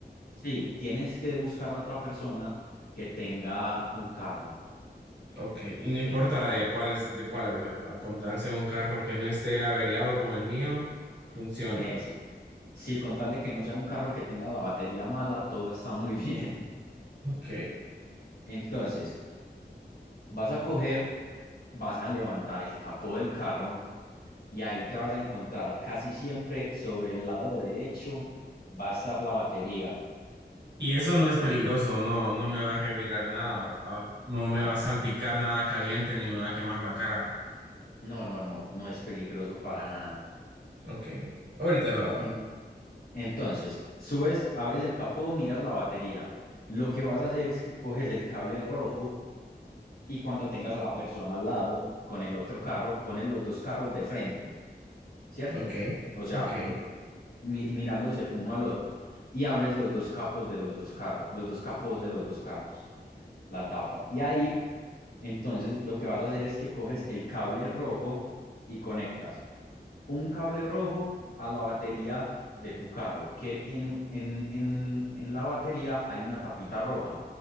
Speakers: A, on the left; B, on the right.
A: sí, tienes que buscar a otra persona que tenga un carro,
B: Ok, y no
A: que
B: importa
A: tenga carro.
B: de cuáles, de cuáles, ¿verdad? Con tal sea un carro que no esté averiado como el mío, funciona.
A: Eso. Sí, con tal de que no sea un carro que tenga la batería mala, todo está muy bien. <laughs>
B: Ok.
A: Entonces, vas a coger, vas a levantar el capó del carro y ahí te vas a encontrar casi siempre sobre el lado derecho va a estar la batería.
B: Y eso no es peligroso, no, no me va a revirar nada, ¿verdad? No me
A: No,
B: va a salpicar nada caliente ni me va a quemar la cara.
A: no, no, no, no es peligroso para nada.
B: Ok, ahorita lo hago.
A: En- entonces, subes, abres el capó, miras la batería. Lo que vas a hacer es que coges el cable rojo y cuando tengas a la persona al lado con el otro carro, pones los dos carros de frente, ¿cierto?
B: Ok,
A: O sea,
B: ok.
A: mi- mirándose uno al otro y hables los dos capos de los dos carros, los dos capos de los dos carros. la tapa. Y ahí, entonces, lo que vas a hacer es que coges el cable rojo y conectas un cable rojo a la batería de tu carro, que tiene un- en, en, en la batería hay una tapita roja.